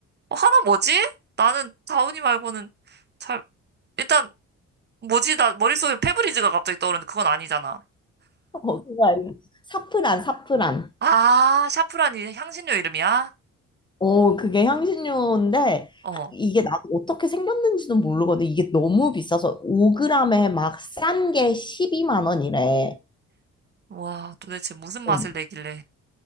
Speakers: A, on the right; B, on the left.
A: 어, 하나 뭐지? 나는 다우니 말고는 잘, 일단, 뭐지? 나 머릿속에 페브리즈가 갑자기 떠오르는데 그건 아니잖아.
B: 어, 그거 아니고. 사프란, 사프란.
A: 아, 샤프란이 향신료 이름이야?
B: 어, 그게 향신료인데
A: 어.
B: 하- 이게 음. 나도 어떻게 생겼는지는 모르거든. 이게 너무 비싸서 5g에 막 싼 게 12만 원이래.
A: 와, 도대체 무슨 맛을
B: 어.
A: 내길래.